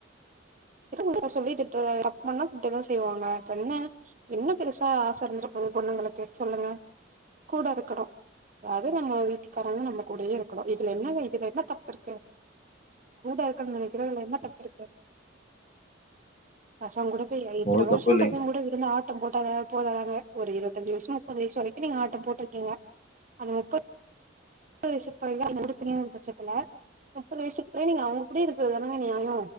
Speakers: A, on the right (about 40°); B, on the left (about 40°).
A: இரு சொல்லி திட்டு அப்ண்ணா திட்டுதா செய்வாங்க அப்ப என்ன என்ன பெருசா ஆசைந்து வந்துரு ப்பது பொண்ணுங்கக்கே சொல்லுங்க கூட இருக்கணு அதாவது நம்ம வீட்டுக்காரங்க நம கூடயே இருக்கணு இதுல என்ன இதுல என்ன தப்பு இருக்கு கூட இருக்கறக்கிரல என்ன தப்பு இருக்கு பசங்க கூட போய் இத்தனை
B: ஒரு
A: வருஷம்
B: தப்பு இல்லைங்க.
A: பசங்க கூட இருந்து ஆ ஆட்டம் போட்டாத போதாதங்க ஒரு இருபத்தஞ்சு வயசம் முப்பது வயசு வரைக்கு நீங்க ஆட்டம் போட்டிருக்கீங்க அந்த முப்பது முப்பது வயசு துறைகள் <unintelligible> பட்சத்துல முப்பது வயசுக்கு புறையு நீங்க அவங்க கூட இருக்கது தானாங்க நியாய